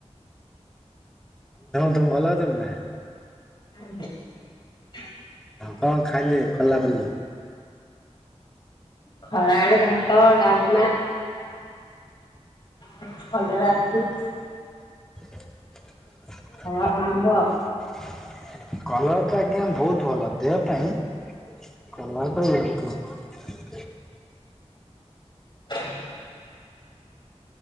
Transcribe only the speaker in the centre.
ତମେ ଭଲ ଅଛ ନା?
ଆଉ କଣ ଖାଇଲେ କଲାବେଳେ?
<inaudible>
କଲରା ଟା ଆଜ୍ଞା ବହୁତ ଭଲ ଦେହ ପାଇଁ କଲରା ଟା ବହୁତ ଭଲ ।